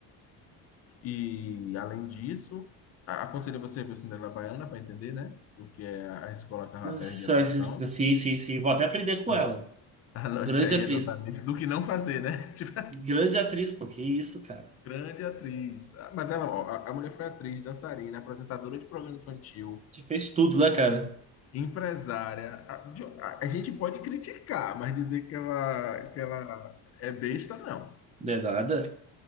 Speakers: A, on the left; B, on the right.
A: E além disso, a- aconselho você a ver o Cinderela Baiana para entender, né? O que é a escola Carla
B: Nossa,
A: Perez de atuação.
B: Sim, sim, sim. Vou até aprender com
A: Ano-
B: ela.
A: <laughs> Anote
B: Grande
A: aí
B: atriz.
A: exatamente do que não fazer, né? <laughs> Tipo,
B: Grande atriz, pô. Que isso, cara.
A: grande atriz. Ah, Mas ela, ó, a a mulher foi atriz, dançarina, apresentadora de programa infantil.
B: Te fez tudo, né, cara?
A: Empresária, a, de- a- a gente pode criticar, mas dizer que ela, que ela é besta, não.
B: Não é nada.